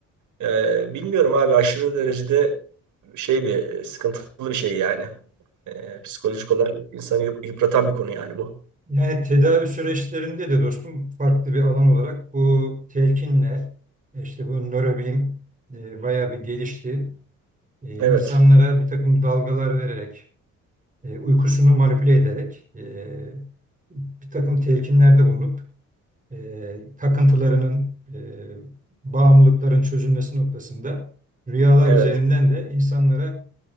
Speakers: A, on the right; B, on the right.
A: E, bilmiyorum abi aşırı derecede şey bir e, sıkıntılı bir şey yani. E, psikolojik olarak insanı yıp- yıpratan bir konu yani bu.
B: Yani tedavi süreçlerinde de dostum farklı bir alan olarak bu telkinle işte bu nörobilim e, bayağı bir gelişti. E,
A: Evet.
B: insanlara bir takım dalgalar vererek, e, uykusunu manipüle ederek e, bir takım telkinlerde bulunup e, takıntılarının, e, bağımlılıkların çözülmesi noktasında rüyalar
A: Evet.
B: üzerinden de insanlara